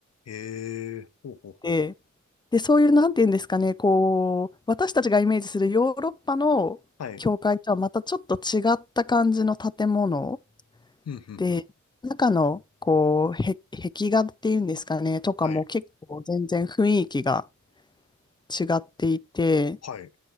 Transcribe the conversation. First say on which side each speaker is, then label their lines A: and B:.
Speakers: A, on the left (about 55°); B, on the left (about 15°).
A: ええー、ほうほうほう。
B: で、で、そういう、なんていうんですかね、こう、私たちがイメージするヨーロッパの教会とはまたちょっと違った感じの建物
A: はい。うん、うん、
B: で、
A: うん。
B: 中の、こう、へ、壁画っていうんですかね、とかも結構全然雰囲気が
A: はい。
B: 違っていて、
A: はい。